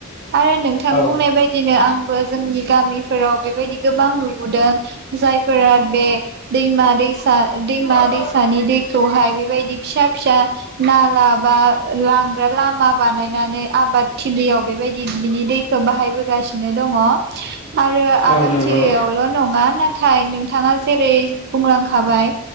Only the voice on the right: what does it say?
आरो नोंथां
बुंनाय बायदिनो आंबो जोंनि गामिफोराव बेबायदि गोबां नुबोदों जायफोरा बे दैमा दै दैमा
दैसानि दैखौहाय बेबायदि फिसा फिसा नाल ला बा लांग्रा लामा बानायनानै आबाद थिलियाव बेबायदि बिनि दैखौ बाहायबोगासि नो दङ' आरो
आबादथिलियावल'
नङा ना थाय नोंथाङा जेरै बुंलां खाबाय